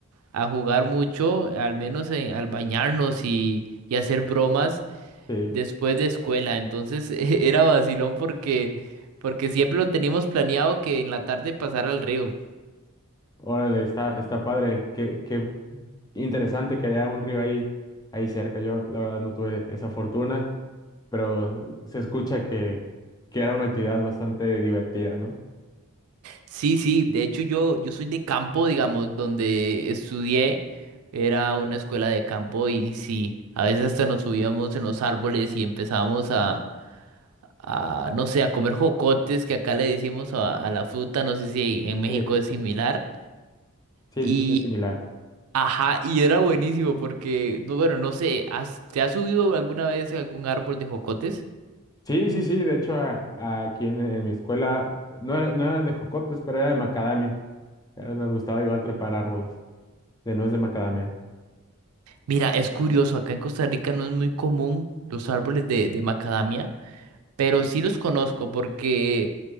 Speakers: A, on the right; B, on the left.
A: a jugar mucho, al menos en- al bañarnos y, y hacer bromas
B: Sí.
A: después de escuela. Entonces <laughs> era vacilón porque, porque siempre lo teníamos planeado que en la tarde pasar al río.
B: Órale, está, está padre. Qué, qué interesante que haya un río ahí, ahí cerca. Yo, la verdad, no tuve esa fortuna, pero se escucha que, que era una actividad bastante divertida, ¿no?
A: Sí, sí, de hecho yo, yo soy de campo, digamos, donde estudié, era una escuela de campo y sí, a veces hasta nos subíamos en los árboles y empezábamos a, a, no sé, a comer jocotes, que acá le decimos a, a la fruta, no sé si en México
B: Sí,
A: es similar,
B: sí,
A: y,
B: sí, sí, es similar.
A: ajá, y era buenísimo porque, no, bueno, no sé, ¿has- ¿te has subido alguna vez a algún árbol de jocotes?
B: Sí, sí, sí. De hecho, a- a- aquí en, en mi escuela no era, no eran de jocotes, pero era de macadamia. Era- nos gustaba igual trepar árboles de nuez de macadamia.
A: Mira, es curioso, acá en Costa Rica no es muy común los árboles de, de macadamia. pero sí los conozco porque